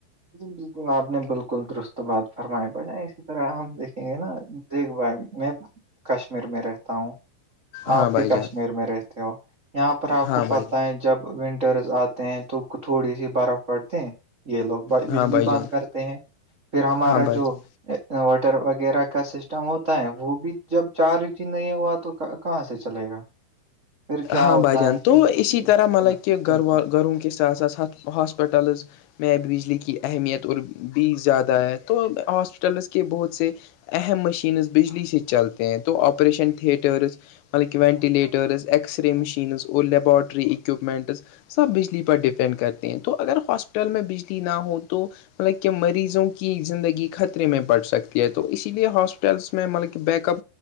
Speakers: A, on the right (about 75°); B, on the left (about 85°).
A: بالکل آپ نے بالکل درست بات فرمائی با اسی طرح ہم دیکھیں گے نا دیکھ بھائی میں کشمیر میں رہتا ہوں
B: ہاں
A: آپ
B: بھائی
A: بھی
B: جان
A: کشمیر میں رہتے ہو یہاں پر آپ
B: ہاں
A: کو
B: بھائی
A: پت ہے جب ونٹرس آتے ہیں تو تھوڑی سی برف پڑتی ہیں یہ لوگ بجلی
B: ہاں بھائی
A: بند
B: جان
A: کرتے ہیں پھر ہمارا
B: ہاں بھائی
A: جو
B: جان
A: انوٹر وغیرہ کا سسٹم ہوتا ہے وہ بھی جب چارج نہیں ہوا تو کہاں سے چلے گا پھر کیا
B: ہاں
A: ہوتا
B: بجان
A: ہے
B: تو
A: پھر بالکل
B: اسی طرح مطلب کہہ گھروا گھروں کے ساتھ ساتھ ہاسپٹلز میں بجلی کی اہمیت اور بھی زیادہ ہے تو ہاسپٹلس کے بہت سے اہم مشینز بجلی سے چلتے ہیں تو آپریشن تھیٹرس مطلب کہ وینٹللیٹرز اکس رے مشینز اور لبارٹری اکوپمینٹس سب بجلی پر ڈیپینڈ کرتے ہیں تو اگر ہاسپٹل میں بجلی نہ ہو تو مطلب کہ مریضوں کی زندگی خطرے میں پڑ سکتی ہے تو اسی لیے ہاسپٹلس میں مطلب کہ بیک اپ